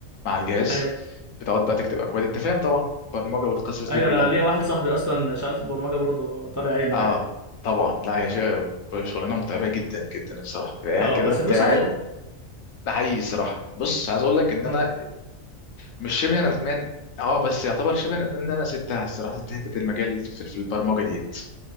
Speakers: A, on the left; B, on the right.
A: مع الجهاز
B: ايوه
A: بتقعد بقى تكتب اكواد انت فاهم طبعا البرمجه والقصص
B: ايوه
A: دي كلها
B: انا ليا واحد صاحبي اصلا شغال في البرمجة برضه طالع عينه
A: اه
B: يعني
A: طبعا لا هي شي- شغلانه متعبه جدا جدا الصراحه تبقى قاعد
B: اه
A: كده
B: بس
A: انت
B: فلوسها
A: قاعد
B: حلوة
A: ده حقيقي الصراحه بص عايز اقول لك ان
B: اه
A: انا مش شبه ندمان اه بس يعتبر شبه ندمان ان انا سبتها الصراحه سبت حته المجال في في البرمجه ديت